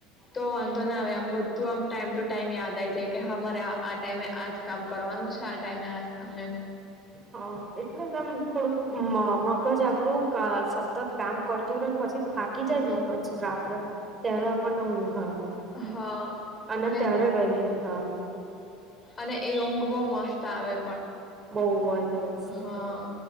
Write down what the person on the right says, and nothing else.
હ એટલે જ એમ થોડું મ મગજ આપડું. <unintelligible> સતત કામ કરતું રે ને પછી થાકી
જાયને મગજ રાત્રે. ત્યારે આપણને ઊંઘા આવે.
અને
ત્યારે વેલી હા.
બહુ જ મસ્ત